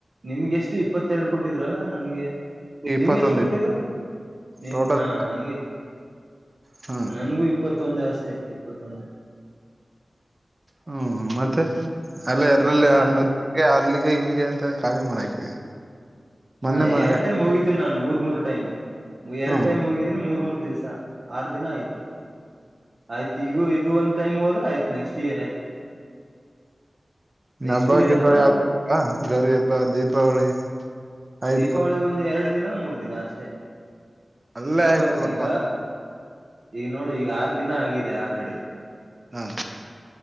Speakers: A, on the right (about 70°); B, on the right (about 40°).
A: ನಿಮ್ಗೆ ಎಷ್ಟ ಇಪ್ಪತ್ತೆರಡು ಕೊಟ್ಟಿದ್ರಲ್ಲ ನನ್ಗೆ. ನಿಮ್ಗೆ
B: ಇಪ್ಪತ್ತೊಂದು
A: ಎಷ್ಟ ಕೊಟ್ಟಿದ್ದು
B: ಇತ್ತು
A: ನಿನ್
B: ಟೋಟಲ್
A: ಹ ನನ್ಗೆ
B: ಹ್ಮ್
A: ನನ್ಗೂ ಇ ಇಪ್ಪತ್ತೊಂದೆ ಅಷ್ಟೇ ಇಪ್ಪತ್ತೊಂದೆ.
B: ಹ್ಮ ಮತ್ತೆ ಅಲ್ಲೆ ಎರ್ರ್ಲ್ಲಿ
A: ಆತ್
B: ಮ್ ಗೆ ಅಲ್ಲಿಗೆ ಇಲ್ಲಿಗೆ ಅಂತಾನೆ ಖಾಲಿ ಮಾಡಾಕಿವಿ. ಮೊನ್ನೆ
A: ಹಾ
B: ಮ-
A: ಎರಡ್ ಟೈಮ್ ಹೋಗಿದ್ದೀನಿ ನಾನ್ ಮೂರ್ ಮೂರ್ ಟೈಮ್ ಎರಡ್
B: ಹ್ಮ್
A: ಟೈಮ್ ಹೋಗಿದ್ದೀನಿ ಮೂರ್ ಮೂರ್ ದಿವ್ಸ. ಆರ್ ದಿನ ಆಯ್ತು. ಆಯ್ತ ಈಗ್ ಇದು ಒಂದ್ಟೈಮ್ ಹೋದ್ರೆ ಆಯ್ತ್ ನೆಕ್ಸ್ಟ್ ಇಯರೆ.
B: ಇನ್
A: ನೆಕ್ಸ್ಟ್
B: ಹಬ್ಬ
A: ಇಯರ್
B: ಗಿಬ್ಬ
A: ಅಥವಾ
B: ಯಾವ್ದ ಗರಿ ಹಬ್ಬ ದೀಪಾವಳಿ. ಆಯ್ತು
A: ದೀಪಾವಳಿಗ್ ಒಂದ್ ಎರಡ್ ದಿನ ಮೂರ್ ದಿನ ಅಷ್ಟೇ.
B: ಅಲ್ಲೇ
A: ಇಪ್ಪತ್
B: ಆಯ್ತಲ್ಲ
A: ಈಗ ಈಗ್ ನೋಡು ಈಗ್ ಆರ್ ದಿನ ಆಗಿದೆ ಆಲ್ರೆಡಿ.
B: ಹಾ